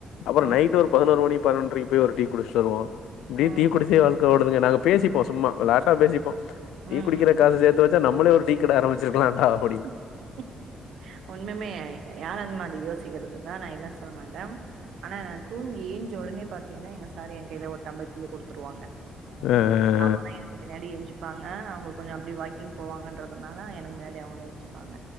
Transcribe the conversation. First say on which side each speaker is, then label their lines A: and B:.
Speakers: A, on the left; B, on the right.
A: அப்பறொ
B: ம்
A: நைட் ஒரு பதினோரு மணி பன்னொன்றரைக்கி போய் ஒரு குடிச்சிட்டு வருவோ இப்டி
B: ம்
A: டீ குடிச்சே வாழ்க்க ஓடுதுங்க நாங்க பேசிப்போ சும்மா விளையாட்டா பேசிப்போ
B: ம்
A: டீ குடிக்கிற
B: ம்.
A: காச சேத்து வச் ச்சா நம்மளே ஒரு டீக்கட ஆரம்பிச்சிருக்கலாண்டா அப்டின்னு
B: ஹ உண்முமே யாரந்தமா அது யோசிக்கிறது தா நா இல்லன் சொல்ல மாட்டே ஆனா நா தூங்கி ஏஞ்ச ஒடனே பாத்தீங்கன்னா எங்க சார் எ கையில ஒரு டம்பர் டீய குடுத்துருவாங்க
A: அ அ அ
B: அவுங்க தா எனக்கு மின்னாடி எஞ்சிப்பாங்க அவுங்களுக்கு கொஞ்சோ அப்டி வாக்கிங் போவாங்கன்றதுனால எனக்கு மின்னாடி அவுங்க தா எஞ்சிப்பாங்க